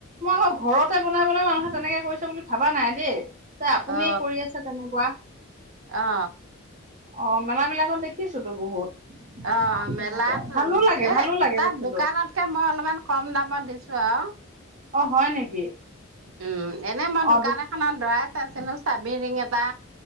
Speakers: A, on the right; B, on the right.
A: মই আকৌ ঘৰতে বনাই-বনাই মানুহে তেনেকে কৰিছে বুলি ভাবা নাই দে। তে' আপুনিয়ে
B: অ
A: কৰি আছে তেনেকুৱা।
B: অ
A: অ', মেলা বিলাকত দেখিছোঁতো বহুত।
B: অ', মেলাত,
A: তেনেকুৱা ভালো লাগে
B: এ
A: ভালো লাগে
B: তাত
A: বস্তুটো
B: দোকানত এতিয়া মই অলপমান কম দামত দিছোঁ আউ।
A: অ', হয় নেকি?
B: উম এনে মই
A: অ'
B: দোকান
A: দু
B: এখনত <unintelligible> চাইছিলো চাবি ৰিং এটা,